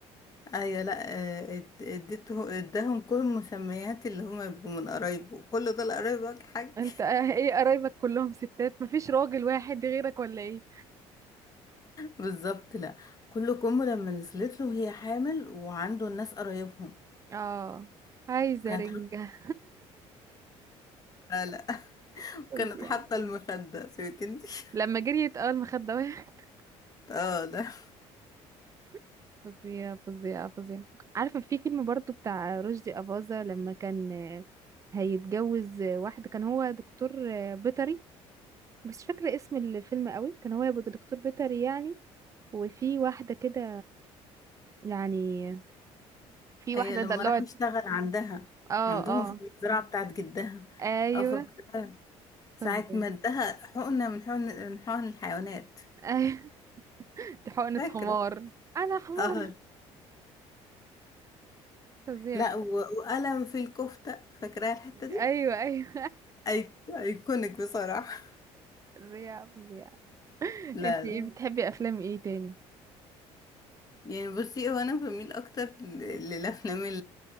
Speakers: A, on the left; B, on the right.
A: ايوه لا آه، اد- اديته اداهم كل المسميات اللي هما يبقوا من قرايبه كل دول قرايبك حاج
B: انت آه، ايه قرايبك كلهم ستات مفيش راجل واحد غيرك ولا ايه
A: بالظبط لا كل كم لما نزلت له هي حامل وعنده الناس قرايبهم
B: اه عايزة
A: كانت
B: رنجة
A: حاطه لا لا <laughs>
B: <laughs> فظيع
A: كانت حاطه المخده سيبك انت <laughs>
B: لما جريت اه المخدة وقعت.
A: اه لا
B: <laughs> فظيعة فظيعة فظيعة <laughs> عارفة في فيلم برضو بتاع رشدي أباظة لما كان آه، هيتجوز آه، واحدة كان هو دكتور آه، بيطري بس مش فاكرة اسم الفيلم قوي كان هو يبقى دكتور بيطري يعني وفي واحدة كده يعني في
A: هي
B: واحدة
A: لما
B: دلوعت
A: راح يشتغل عندها
B: اه
A: عندهم
B: اه
A: في المزرعه بتاعت جدها
B: ايوه
A: اه فاكره
B: فظيع
A: ساعه ما ادها حقنه من حقن من حقن الحيوانات
B: ايوه <laughs> دي حقنة
A: فاكره
B: حمار انا حمار
A: اه
B: فظيع
A: لا و- وقلم في الكفته فاكراها الحته دي
B: ايوه ايوه
A: أي- ايكونيك بصراحه <laughs>
B: <laughs> فظيع فظيع
A: لا
B: انتي ايه
A: لا
B: بتحبي افلام ايه تاني
A: يعني بصي هو انا بميل اكتر ل- للافلام